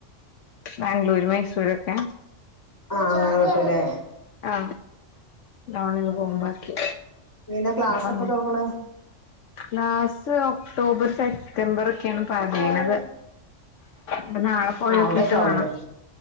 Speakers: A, on the left (about 75°); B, on the left (about 15°).
A: ബാംഗ്ലൂര് മൈസൂരൊക്കെ.
B: ആ അങ്ങകട്ടുംല്ലേ
A: ആ ലോണില്
B: ആഹ്
A: പോകുമ്പാക്കി
B: ആഹ് ഇനി എന്നാ ക്ലാസ്
A: അപ്പ
B: എപ്പ തൊടങ്ങണ്
A: ലാസ് ഒക്ടോബർ സെറ്റംബർ ഒക്കെണ് പറയ്ണത്.
B: ആഹ്
A: പ്പൊ നാളെ പോയോക്കീട്ട്
B: അവിടെക്കാവൂലേ
A: വാണം.